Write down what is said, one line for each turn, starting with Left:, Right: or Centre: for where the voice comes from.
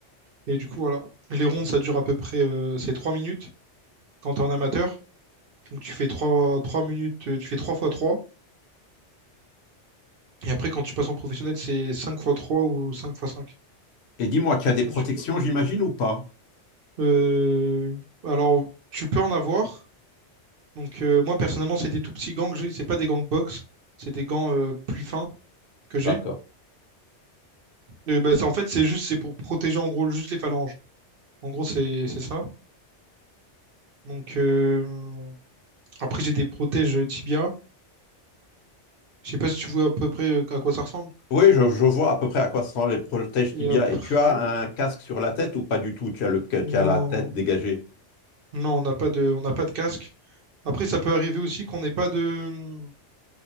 Right: Et du coup, voilà. Les rondes, ça dure à peu près, euh, c'est 3 minutes quand t'es es en amateur. Donc tu fais trois trois minutes, euh, tu fais 3 fois trois Et après, quand tu passes en professionnel, c'est cinq fois 3 ou 5 fois 5.
Left: Et dis-moi, tu as des protections,
Right: Du coup,
Left: j'imagine, ou pas?
Right: euh, alors, tu peux en avoir. Donc euh, moi, personnellement, c'est des tout petits gants que j'ai. C'est pas des gants box. C'est des gants euh, plus fins que
Left: D'accord.
Right: j'ai. Euh, bah, c'est- en fait, c'est juste c'est pour protéger en gros juste les phalanges. En gros, c'est c'est ça. Donc euh, après, j'ai des protèges tibia. Je sais pas si tu vois à peu près euh, à quoi ça ressemble.
Left: Oui, je, je vois à peu près à quoi seront les protèges tibia.
Right: Et après,
Left: Et tu as un casque sur la tête ou pas du tout? Tu as le, tu
Right: non,
Left: as la tête dégagée.
Right: non, on n'a pas de, on n'a pas de casque. Après, ça peut arriver aussi qu'on n'ait pas de,